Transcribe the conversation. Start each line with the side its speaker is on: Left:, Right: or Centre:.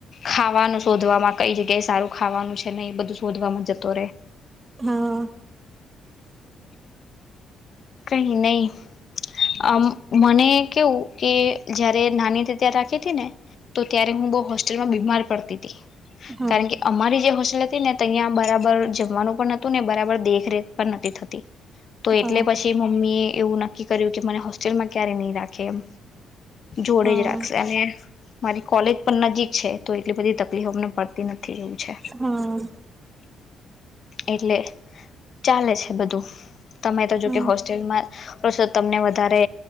Left: ખાવાનું શોધવામાં કઈ જગ્યાએ સારું ખાવાનું છે, ને એ બધું શોધવાવામાં જતો રહેે
Right: હમ્મ
Left: કઈ નહી અ મને કેવું કે જયારે નાની ત્યા રાખી હતી ને તો ત્યારે હું બહ હોસ્ટેલમાં બીમાર પડતી હતી
Right: હા
Left: કારણ કે, અમારી જે હોસિલ હતી ને તહીં બરાબર પણતું ને બરાબર દેખરેખ પણ નથી થતી તો
Right: હમ્મ
Left: એટલે પછી મમ્મી એવું નક્કી કર્યું કે મને હોસ્સ્ટેલમાં ક્યારે નહીં રાખ કેમ જોડે
Right: હા
Left: જ રાખશે અને મારી કોલેજ પણ નજીક છે, તો એટલી બધી તકલીફ અમને પડતી નથી એવુ છે.
Right: હા
Left: એટલે ચાલે છે બધું તમે તો જો
Right: હા
Left: કે હોસ્ટેલમાં રોછો તમને વધારે